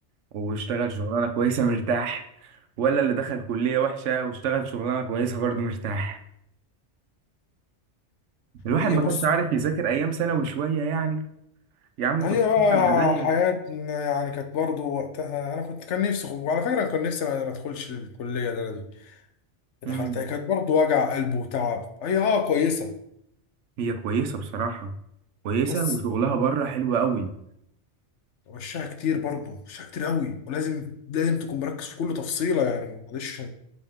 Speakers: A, on the right; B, on the left.
A: واشتغل شغلانة كويسة مرتاح ولا اللي دخل كلية وحشة واشتغل شغلانة كويسة برضه مرتاح الواحد
B: هي
A: ما
B: بص
A: كانش عارف يذاكر ايام ثانوي شوية يعني يا عم
B: هي
A: كنت
B: بقى
A: ابقى زيك
B: حياتنا يعني كانت برضه وقتها انا كنت كان نفسي خب... وعلى فكره أنا كان نفسي ما ما ادخلش الكليه ده أنا دي دخلتها
A: امم
B: كانت برضه وجع قلب وتعب هي اه كويسه
A: هي كويسة بصراحة كويسة
B: بس
A: وشغلها بره حلو قوي
B: وشها كتير برضه وشها كتير قوي ولازم لازم تكون مركز في كل تفصيله يعني معلش